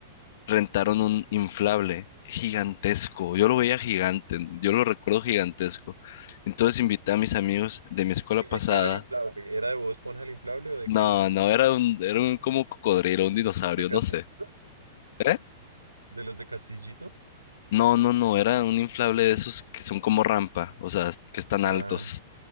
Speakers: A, on the left (about 55°); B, on the right (about 85°).
A: rentaron un inflable gigantesco, yo lo veía gigante, yo lo recuerdo gigantesco. Entonces invité a mis amigos de mi escuela
B: ¿Y
A: pasada,
B: de qué era el inflable? ¿Era de Bob Esponja el inflable o de
A: no,
B: qué era?
A: no, era un, era un como cocodrilo, un dinosaurio,
B: ¿De Castillito?
A: no sé. ¿Eh?
B: ¿De los de Castillito?
A: No, no, no, era un inflable de esos que son como rampa, o sea, que están
B: Ah,
A: altos,